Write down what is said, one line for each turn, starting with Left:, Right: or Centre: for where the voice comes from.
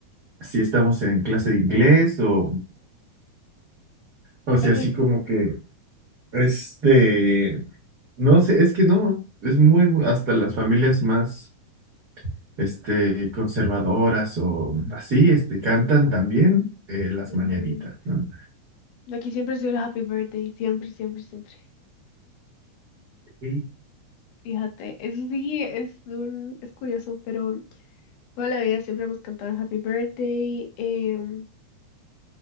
Right: si estamos en clase de inglés o, o sea,
Left: Aquí,
Right: así como que es de, no sé, es que no, es muy, muy- hasta las familias más, este, conservadoras o así, este, cantan también eh, las
Left: Desmayando.
Right: mañanitas, ¿no?
Left: Aquí siempre ha sido el Happy Birthday, siempre, siempre, siempre.
Right: Sí.
Left: Fíjate, eso sí es un, es curioso, pero toda la vida siempre hemos cantado el Happy Birthday, em,